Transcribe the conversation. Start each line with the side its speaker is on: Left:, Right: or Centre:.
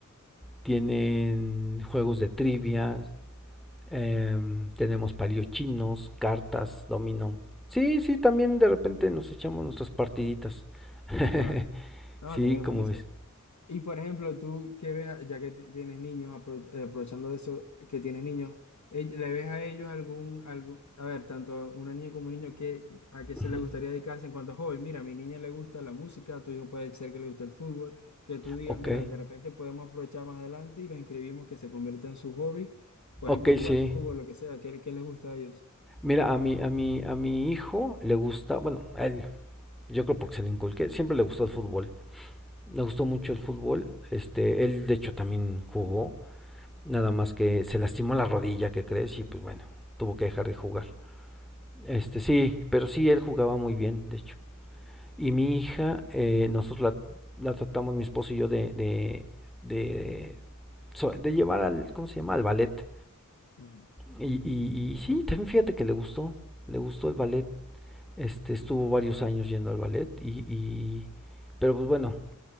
Centre: Tienen juegos de trivia eh, tenemos paliochinos, cartas, dominó. Sí, sí, también de repente nos echamos nuestras partiditas. <laughs>
Left: Vale. No,
Centre: Sí,
Left: está bien,
Centre: como
Left: buenísimo.
Centre: ves.
Left: Y por ejemplo, tú que ves, ya que ti- tienes niños, aprove- eh, aprovechando de eso, que tienes niños, ell- ¿le ves a ellos algún, algo, a ver, tanto a una niña como un niño, que, a qué se
Centre: Ujú.
Left: le gustaría dedicarse en cuanto a hobby? Mira, a mi niña le gusta la música, a tu hijo puede ser que le guste el fútbol, que tú digas,
Centre: Ok,
Left: mira, de repente podemos aprovechar más adelante y los inscribimos que se convierta en su hobby, por
Centre: ok,
Left: ejemplo, jugar
Centre: sí.
Left: fútbol, lo que sea, ¿qué, qué les gusta a ellos?
Centre: Mira, a mi, a mi, a mi hijo le gusta, bueno, a él, yo creo porque se le inculqué, siempre le gustó el fútbol. Le gustó mucho el fútbol. Este, él de hecho también jugó, nada más que se lastimó la rodilla, ¿qué crees? Y pues bueno, tuvo que dejar de jugar.
Left: Wow.
Centre: Este, sí, pero sí, él jugaba muy bien, de hecho. Y mi hija, eh, nosotros la, la tratamos, mi esposo y yo, de, de, de, so- de llevar al, ¿cómo se llama? Al ballet.
Left: Ujú,
Centre: Y, y, y sí, también fíjate que le gustó, le gustó el ballet. Este, estuvo varios años yendo al ballet y, y- pero pues bueno,